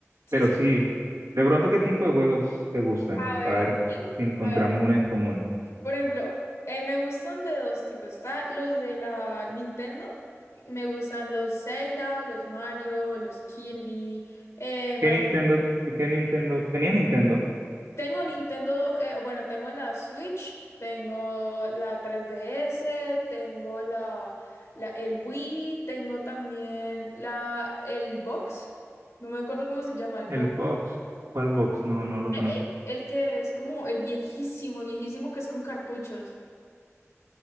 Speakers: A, on the left; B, on the right.
A: Sí,
B: Pero
A: sí.
B: sí, de pronto, ¿qué tipo de juegos te gustan?
A: A
B: Para
A: ver,
B: ver
A: a mí,
B: si encontramos
A: a ver,
B: uno en común.
A: por ejemplo, eh, me gustan de dos tipos. Está los de la Nintendo, y me gustan los Zelda, los Mario, los Kirby, eh, Mario.
B: ¿Qué Nintendo, qué Nintendo? Tenía Nintendo,
A: Tengo Nintendo, eh, bueno, tengo la Switch, tengo la 3DS, tengo la, la el Wii, tengo también la el Box. No me acuerdo cómo se llama el box.
B: el Box. ¿Cuál Box? No, no lo conozco.
A: El, el que es como el viejísimo, viejísimo que es con cartuchos.